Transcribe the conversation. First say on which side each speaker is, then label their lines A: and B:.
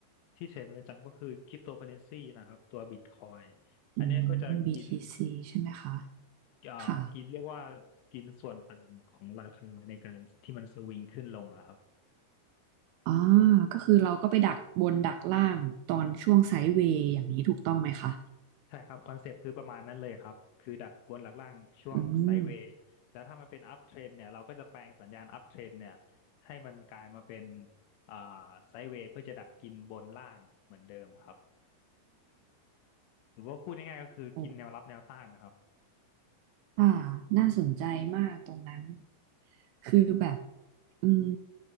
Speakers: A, on the left (about 80°); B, on the right (about 85°).
A: ที่เทรดเป็นประจำก็คือคริปโตเคอเรนซีนะครับตัวบิตคอย
B: อืม
A: อันเนี้ยก็จะกิน
B: BTC ใช่ไหมคะ
A: อ่ากินเรียกว่า
B: ค่ะ
A: กินส่วนต่างของราคาในการที่มันสวิงขึ้นลงอะครับ
B: อ๋อก็คือเราก็ไปดักบนดักล่างตอนช่วงไซด์เวย์อย่างนี้ถูกต้องไหมคะ
A: ใช่ครับคอนเซปต์คือประมาณนั้นเลยครับคือดักบนหลักล่างช่วงไซด์เวย์แล้วถ้ามันเป็นอัพเทรนเนี่ยเราก็จะแปลงสัญญาณอัพเทรนเนี่ย
B: อืม
A: ให้มันกลายมาเป็นอ่าไซด์เวย์เพื่อจะดักกินบนล่างเหมือนเดิมครับหรือว่าพูดง่ายๆก็คือกินแนวรับแนวต้านนะครับ
B: โอ้ อ่าน่าสนใจมากตรงนั้น คือแบบอืม